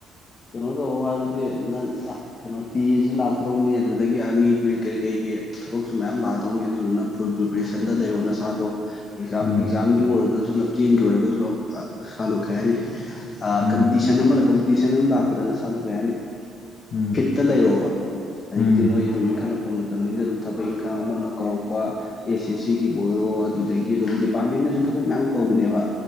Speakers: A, on the left; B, on the left.
A: ꯀꯩꯅꯣꯗꯧꯑꯣ ꯍꯥꯏꯕꯗꯨꯗꯤ ꯅꯪ ꯑ ꯀꯩꯅꯣ ꯇꯤ ꯑꯦ ꯁꯨ ꯂꯥꯛꯇꯧꯔꯝꯃꯤ ꯑꯗꯨꯗꯒꯤ ꯑꯅꯤ ꯕ꯭ꯔꯤ ꯀꯩ ꯀꯩꯒꯤ ꯊꯕꯛꯁꯨ ꯃꯌꯥꯝ ꯂꯥꯛꯑꯗꯧꯅꯤ ꯑꯗꯨꯗꯨꯅ ꯐꯨꯜ ꯄ꯭ꯔꯤꯄꯔꯦꯁꯟꯗ ꯂꯩꯑꯣ ꯅꯁꯥꯗꯣ ꯑꯦꯛꯖꯥꯝ
B: ꯎꯝ
A: ꯑꯦꯛꯖꯥꯝꯒꯤ ꯑꯣꯏꯔꯒꯖꯨ ꯂꯝꯖꯦꯟꯒꯤ ꯑꯣꯏꯔꯒꯖꯨ ꯑ ꯅꯁꯥꯗꯣ ꯀꯩꯍꯥꯏꯅꯤ ꯑ
B: ꯎꯝ
A: ꯀꯝꯄꯤꯇꯤꯁꯟ ꯑꯃ ꯀꯝꯄꯤꯇꯤꯁꯟ ꯑꯃ ꯂꯥꯛꯄꯗ ꯅꯁꯥꯗꯨ ꯀꯩ ꯍꯥꯏꯅꯤ
B: ꯎꯝ
A: ꯐꯤꯠꯇ ꯂꯩꯔꯣꯕ ꯍꯧꯖꯤꯛꯇꯤ
B: ꯎꯝ
A: ꯅꯣꯏ ꯑꯗꯨꯝ ꯏꯟꯈꯜꯂꯛ ꯄ ꯃꯇꯝꯅꯤꯅ ꯑꯗꯨꯝ ꯊꯕꯛ ꯏꯪꯈꯥꯡ ꯑꯃ ꯑꯃ ꯀꯧꯔꯛꯄ ꯑꯦꯁ ꯑꯦꯁ ꯁꯤꯒꯤꯕꯨ ꯑꯣꯏꯔꯣ ꯑꯗꯨꯗꯒꯤ ꯑꯗꯨꯒ ꯗꯤꯄꯥꯔꯠꯃꯦꯟꯅꯁꯨ ꯊꯕꯛ ꯃꯌꯥꯝ ꯀꯧꯕꯅꯦꯕ